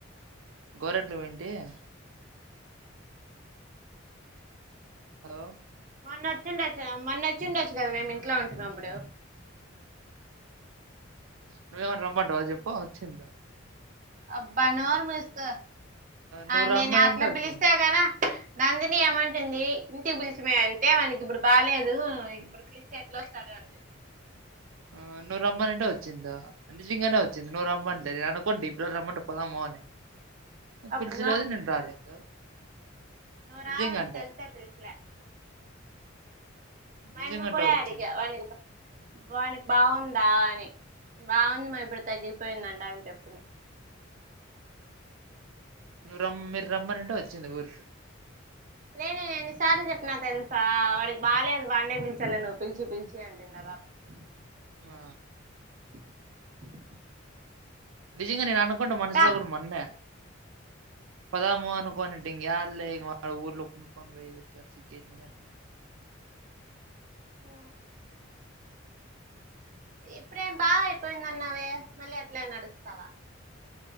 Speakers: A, on the right (about 90°); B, on the right (about 40°).
A: గోరెంట్లు పోంటి <unintelligible> హలో
B: మొన్న అచ్చుండొచ్చు గదా మొన్న అచ్చుండొచ్చు గాదా మేము ఇంట్లో ఉంటానమ్ అప్పుడు
A: నువ్వేమన్న రమ్మాటవ చెప్ప వచ్చింద
B: అబ్బా నోరు ముసుకో
A: నువ్వు
B: ఆ
A: రమ్మనంటే
B: నేను అట్లా
A: వచ్చిందా
B: పిలిస్తా కదా నందిని ఏమంటుంది ఇంటికి పిలిచిమే అంటే మనకి ఇప్పుడు బాలేదు ఇప్పుడు పిలిచి ఎట్లా వస్తారు రంటడి
A: ఆ నూర రమంటే అంటే వచ్చిందా నిజంగానే వచ్చింది నూవ్ రమంటే అ పోండి ఇప్పుడుల రమ్మంట పోదామని నువ్వు
B: అప్పుడు
A: పీల్చలేదు నేను రాలేదు
B: నువ్వ రావని
A: నిజంగంటే
B: తెలిసే పిలచలే మా
A: నిజంగంటే
B: అమ్మ కి కూడాడి
A: వచ్చింది
B: అడిగా వానికి వానికి బాగుందా అని బాగుంది మా ఇప్పుడు తగ్గిఇది పోయిందంట అని చెప్తు
A: నువ్వు రమ్ మీరు రమ్మని అంటే వచ్చింది ఊరికి
B: నేను ఎన్నిసార్లు చెప్పిన తెలుసా వాడికి బాగాలేదు వాడినే పిలిచలే నువ్వు పిలిచి పిలిచి అంటుందా బాబా <unintelligible>
A: ఆ
B: <unintelligible>
A: నిజంగా నేను అనుకుంటే మనసులో
B: దా
A: కూడా మొన్నే పదాము అనుకోని యారుళ మా ఊర్లో కుంకొ బక సిగ్గేసింది.
B: ఆ ఇప్పుడేం బాగా అయిపోయింద అన్నవే మళ్ళీ అట్లే నడుస్తావా,